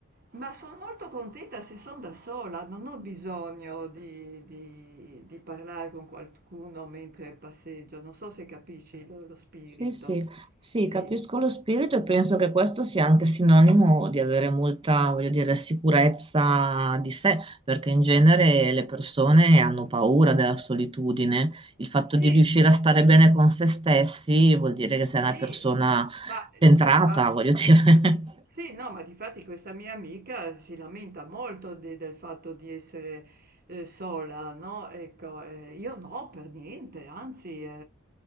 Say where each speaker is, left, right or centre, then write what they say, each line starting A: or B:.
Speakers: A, on the right (about 40°); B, on the right (about 25°).
A: ma sono molto contenta se sono da sola, non ho bisogno di, di- di parlare con qualcuno mentre passeggio, non so se capisci lo, lo spirito.
B: Sì, sì, sì,
A: Sì,
B: capisco lo spirito e penso che questo sia anche sinonimo di avere molta, voglio dire, sicurezza di sé, perché in genere le persone hanno paura della solitudine. Il fatto
A: sì,
B: di riuscire a stare bene con se stessi vuol dire che
A: sì,
B: sei una persona
A: ma
B: centrata,
A: di fa-
B: voglio dire. <laughs>
A: Sì, no, ma difatti questa mia amica si lamenta molto de- del fatto di essere eh, sola, no? Ecco, eh, io no, per niente, anzi,